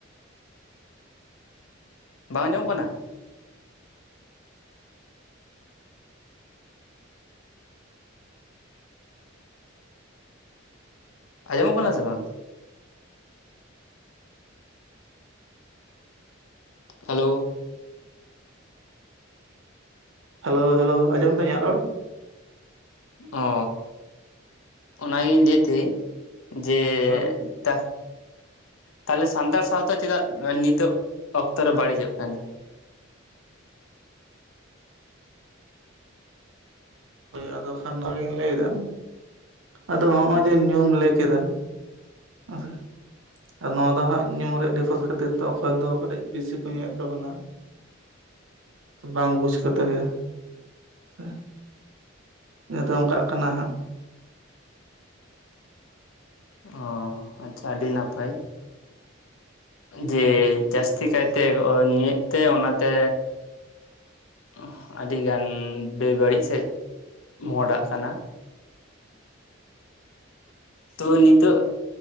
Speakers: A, on the left; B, on the right.
A: ᱵᱟᱝ ᱟᱸᱡᱚᱢᱚᱜ ᱠᱟᱱᱟ, ᱟᱸᱡᱚᱢᱚᱜ ᱠᱟᱱᱟ ᱥᱮ ᱵᱟᱝ? ᱦᱮᱞᱳ
B: ᱦᱮᱞᱳ ᱦᱮᱞᱳ ᱟᱸᱡᱚᱢ ᱮᱫᱟ ᱤᱧᱟᱹᱜ ᱨᱚᱲ?
A: ᱚ ᱚᱱᱟᱜᱤᱧ ᱞᱟᱹᱭ ᱛᱟᱦᱮᱸᱜ, ᱡᱮ
B: ᱦᱳᱭ
A: ᱛᱟᱦ ᱛᱟᱦᱚᱞᱮ ᱥᱟᱱᱛᱟᱲ ᱥᱟᱶᱛᱟ ᱪᱮᱫᱟᱜ ᱱᱤᱛᱚᱜ ᱚᱠᱛᱚ ᱨᱮ ᱵᱟᱹᱲᱤᱡᱚᱜ ᱠᱟᱱᱟ?
B: ᱦᱳᱭ ᱟᱫᱚ ᱠᱷᱟᱱ ᱱᱚᱣᱟᱜᱤᱧ ᱞᱟᱹᱭᱟ ᱟᱫᱚ ᱱᱚᱜᱼᱚᱭ ᱡᱮ ᱧᱩᱢ ᱞᱟᱹᱭ ᱠᱮᱫᱟ᱾ <unintelligible> ᱟᱨ ᱱᱚᱣᱟ ᱫᱚ ᱦᱟᱸᱜ ᱧᱩ ᱨᱮᱭᱟᱜ ᱰᱤᱯᱷᱟᱨᱮᱱᱥ ᱠᱷᱟᱹᱛᱤᱨ ᱛᱮ ᱚᱠᱚᱭ ᱫᱚ ᱠᱟᱹᱴᱤᱡ ᱵᱮᱥᱤ ᱠᱚ ᱧᱩᱭᱮᱫ ᱛᱟᱵᱚᱱᱟ᱾ ᱵᱟᱝ ᱵᱩᱡᱽ ᱠᱟᱛᱮ ᱜᱮ ᱥᱮ ᱱᱤᱭᱟᱹ ᱛᱮ ᱚᱱᱠᱟᱜ ᱠᱟᱱᱟ ᱦᱟᱸᱜ
A: ᱚ ᱟᱪᱪᱷᱟ ᱟᱹᱰᱤ ᱱᱟᱯᱟᱭ, ᱡᱮ ᱡᱟᱹᱥᱛᱤ ᱠᱟᱭᱛᱮ ᱧᱩᱭᱮᱫ ᱛᱮ ᱚᱱᱟ ᱛᱮ ᱚᱦ ᱟᱹᱰᱤ ᱜᱟᱱ ᱵᱮ ᱵᱟᱹᱲᱤᱡ ᱥᱮᱫ ᱢᱚᱦᱰᱟᱜ ᱠᱟᱱᱟ᱾ ᱛᱚ ᱱᱤᱛᱚᱜ